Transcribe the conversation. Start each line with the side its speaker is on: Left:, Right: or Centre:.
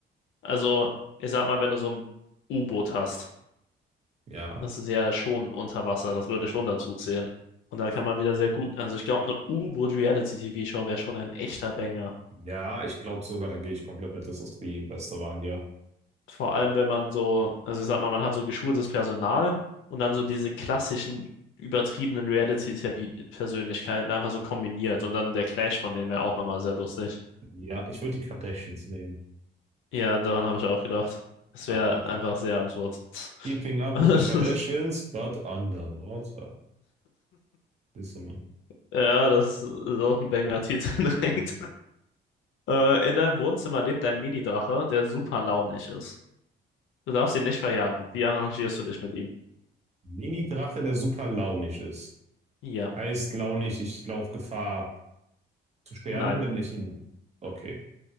Left: Also, ich sag mal, wenn du so ein U-Boot hast.
Right: ja,
Left: Das ist ja schon unter Wasser, das würde schon dazu zählen. Und da kann man wieder sehr gut, also ich glaube, eine U-Boot-Reality-TV-Show wäre schon ein echter Banger.
Right: ja, ich glaube sogar, da gehe ich komplett mit. Das ist die beste Wahl hier.
Left: Vor allem, wenn man so, also ich sag mal, man hat so geschultes Personal und dann so diese klassischen übertriebenen Reality-TV-Persönlichkeiten einfach so kombiniert und dann der Clash von denen wäre auch nochmal sehr lustig.
Right: Ja, ich würde die Kardashians nehmen.
Left: Ja, daran habe ich auch gedacht. Das
Right: Ah,
Left: wäre
Right: okay.
Left: einfach sehr absurd.
Right: Keeping up
Left: <laughs>
Right: with the Kardashians, but underwater. Siehst du mal.
Left: Ja, das ist auch ein Banger-Titel direkt.
Right: Ja.
Left: Äh, in deinem Wohnzimmer lebt ein Mini-Drache, der super launig ist. Du darfst ihn nicht verjagen. Wie arrangierst du dich mit ihm?
Right: Mini-Drache, der super launig ist.
Left: Ja,
Right: Heißt launig, ich laufe Gefahr zu sterben,
Left: nein,
Right: wenn ich ihn. Okay.